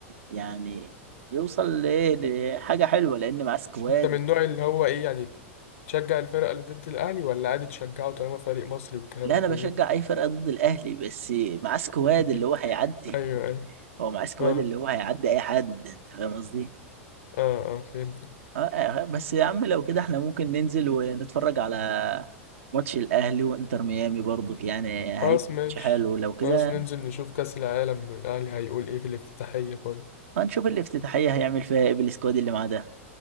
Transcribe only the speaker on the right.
يعني يوصل لايه لحاجه حلوه لان معاه سكواد
لا
انا
بشجع اي فرقه ضد الاهلي بس معاه سكواد
اللي هو هيعدي
هو معاه سكواد
اللي هو هيعدي اي حد انت فاهم قصدي
آه، آه، بس يا عم لو كده احنا ممكن ننزل ونتفرج على ماتش الاهلي وانتر ميامي برضو يعني
هيبقى
ماتش حلو لو كده
هنشوف الافتتاحية هيعمل فيها ايه بالسكواد اللي معاه ده